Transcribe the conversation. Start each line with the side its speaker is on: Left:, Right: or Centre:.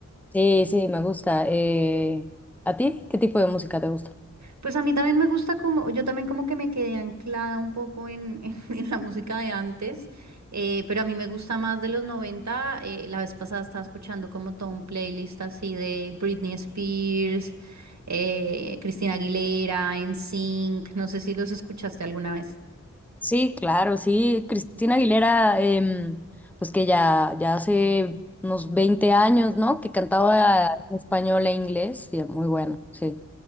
Centre: sí, sí, me gusta. Eh, ¿a ti? ¿Qué tipo de música te gusta?
Right: Pues a mí también me gusta como, yo también como que me quedé anclada un poco en, <laughs> en- la música de antes, eh, pero a mí me gusta más de los 90. eh, la vez pasada estaba escuchando como todo un playlist así de Britney Spears, eh, Cristina Aguilera, NSYNC, no sé si los escuchaste alguna vez.
Centre: Sí, claro, sí. Cristina Aguilera, em, pues que ya, ya hace unos 20 años, ¿no? Que cantaba en español e inglés, y muy bueno, sí.